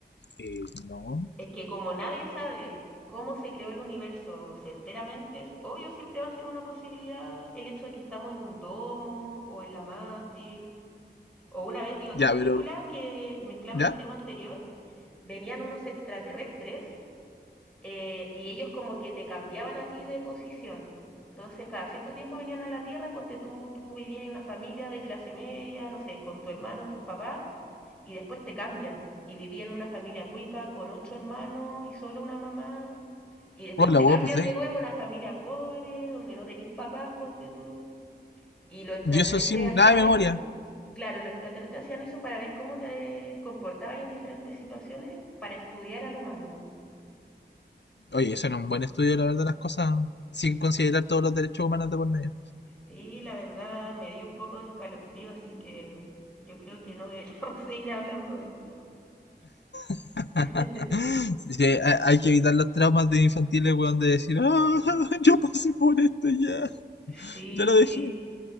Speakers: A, on the left (about 85°); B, in the centre.
A: Eh, no.
B: Es que como nadie sabe cómo se creó el universo certeramente, es obvio siempre va a ser una posibilidad el hecho de que estamos en un domo o en la Matrix. O una vez vi otra
A: Ya,
B: película
A: pero,
B: que mezclando
A: ¿ya?
B: el tema anterior, venían unos extraterrestres eh, y ellos como que te cambiaban a ti de posición. Entonces, cada cierto tiempo venían a la Tierra, y ponte tú, tú vivías en una familia de clase media, no sé, con tu hermano, tus papás, y después te cambian. Y vivía en una familia cuica con ocho hermanos y solo una mamá. Y después
A: Oh, la
B: te
A: hueá
B: cambian
A: pues de
B: de
A: ello.
B: nuevo a una familia pobre, donde no tenís papás, ponte tú. Y los extraterrestres
A: Y eso sin
B: hacían
A: nada de memoria.
B: eso. Claro, los extraterrestres hacían eso para ver cómo te comportabas en diferentes situaciones, para estudiar al humano. Sí.
A: Oye, eso no es un buen estudio, la verdad, las cosas, sin considerar todos los derechos humanos de por medio.
B: Sí, la verdad me dio un poco de escalofrío, así que yo creo que no deberíamos <laughs> seguir hablando de esto.
A: <laughs>
B: <laughs>
A: Sí, ha- hay que evitar los traumas de infantiles, weón, de decir, ah, <laughs> yo pasé por esto ya,
B: Sí,
A: ya lo
B: sí.
A: dejé.